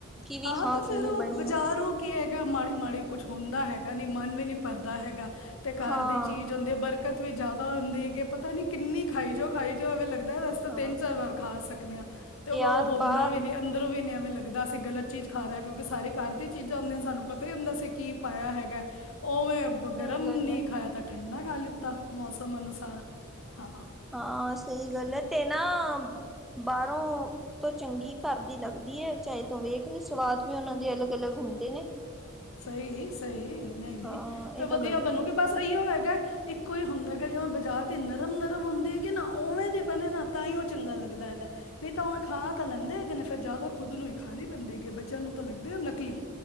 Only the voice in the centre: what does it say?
ਕਿ ਵੀ
ਕਿਵੇਂ
ਬਣੀ
ਆ
ਹਾਂ।
ਹਾਂ
ਯਾਰ
ਬਾਹ
ਸਹੀ
ਗੱਲ
ਹੈ
ਹਾਂ ਸਹੀ ਗੱਲ ਹੈ ਤੇ ਨਾ ਬਾਹਰੋਂ ਤੋਂ ਚੰਗੀ ਘਰ ਦੀ ਲੱਗਦੀ- ਚਾਹੇ ਤੂੰ ਵੇਖ ਸਵਾਦ ਵੀ ਉਹਨਾਂ ਦੇ ਅਲੱਗ-ਅਲੱਗ ਹੁੰਦੇ ਨੇ
ਹਾਂ
ਇਹ
ਤਾਂ ਗੱਲ
ਹੈ